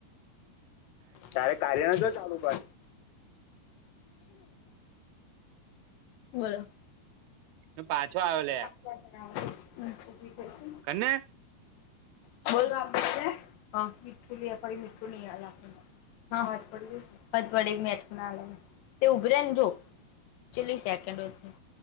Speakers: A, on the left; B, on the right.
A: તારે કાર્ય નો જો ચાલુ કર. બોલો
B: તો પાછો આવે લે આ
A: <unintelligible>
B: હને
A: હ બોલ હ <unintelligible> મીઠું લી આવ ફરી મીઠું ની આવે આપણને હા હજ પડી જશે હજ પડી મેઠૂં <unintelligible> તે ઉભરે ને જો. ચીલી સેકન્ડ જ